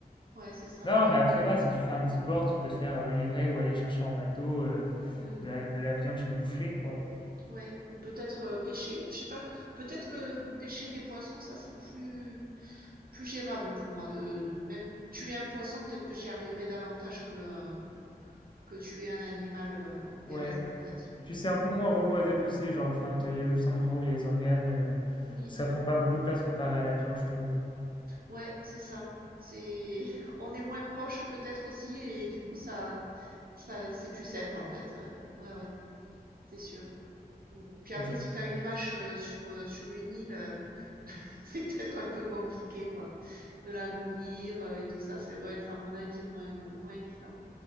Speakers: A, on the right (about 65°); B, on the left (about 30°).
A: Ouais, c'est ça.
B: Non, mais après
A: Peut
B: va si tu fais un petit porc, tu peux te faire, heu, livrer ou aller chercher en bateau, heu,
A: mmh.
B: de la de la viande chez le boucher, quoi.
A: Ouais, ou peut-être euh, pêcher, je sais pas, peut-être que pêcher des poissons, ça serait plus plus gérable pour moi de, de- même tuer un poisson, peut-être que j'y arriverais davantage que euh, que tuer un animal euh,
B: Ouais.
A: terrestre en fait.
B: Et puis c'est un peu moins relou à dépecer, genre, enfin, t'as il y a juste un endroit où il y a les organes, euh,
A: Oui,
B: ça prend pas beaucoup de place comparé à la viande, je trouve.
A: ouais, c'est ça. C'est <laughs> on est moins proche peut-être aussi et du coup ça ça c'est plus simple en fait. euh, Ouais ouais, c'est sûr. Mm. Puis après
B: Ok.
A: si t'as une vache euh, sur euh, sur une île euh, <laughs> C'est peut-être un peu compliqué, quoi, de la nourrir, heu, et tout ça. Ça doit être, à mon avis, moins, heu, moins évident.